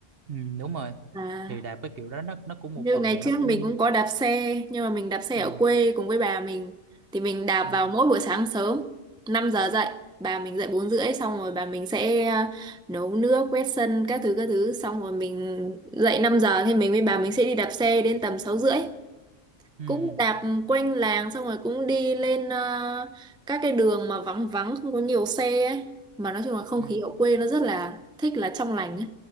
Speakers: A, on the right; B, in the centre.
A: Ừ, đúng rồi
B: à
A: thì đạp cái kiểu đó nó nó cũng
B: Như
A: một phần
B: ngày
A: rồi nó
B: trước
A: cũng
B: mình cũng có đạp xe nhưng mà mình đạp xe
A: ừ.
B: ở quê cùng với bà mình thì mình đạp
A: Ừ.
B: vào mỗi buổi sáng sớm 5 giờ dậy bà mình dậy bốn rưỡi xong rồi bà mình sẽ à, nấu nước quét sân các thứ các thứ xong rồi mình dậy 5 giờ thì mình với bà mình sẽ đi đạp xe đến tầm sáu rưỡi
A: Ừ.
B: cũng đạp quanh làng xong rồi cũng đi lên ờ, các cái đường mà vắng vắng không có nhiều xe ấy mà nói chung là không
A: Ừ.
B: khí ở quê nó rất là thích là trong lành ấy